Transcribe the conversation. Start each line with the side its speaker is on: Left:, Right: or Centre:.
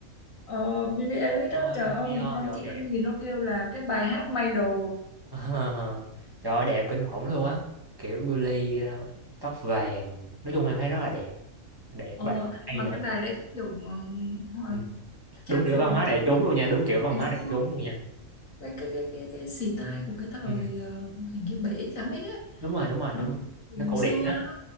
Left: Ờ, Billie Eilish
Right: ơi
Left: đó trời ơi
Right: hay
Left: một
Right: ho,
Left: con
Right: rồi
Left: chị
Right: đẹp
Left: ăn gì nó kêu là cái bài hát may đồ
Right: <laughs> Ờ, Trời ơi, đẹp kinh khủng luôn á. Kiểu Billy ờ, tóc vàng. Nói chung em thấy rất là đẹp. Đẹp
Left: ờ,
Right: và rất là hay
Left: mà
Right: nữa.
Left: cái bài đấy cái kiểu ờ, ờ,
Right: Ừ.
Left: trang
Right: Đúng kiểu
Left: phục
Right: văn
Left: nó
Right: hóa
Left: theo
Right: đại chúng
Left: cách
Right: luôn nha. Đúng kiểu văn
Left: ngày
Right: hóa
Left: xưa
Right: đại chúng luôn nha.
Left: cái cái cái cái cái style của cái thời
Right: Ừ.
Left: ờ, hình như bảy x tám x ấy
Right: Đúng rồi, đúng rồi,
Left: nó
Right: đúng rồi.
Left: ngày
Right: Nó cổ
Left: xưa
Right: điển á.
Left: đó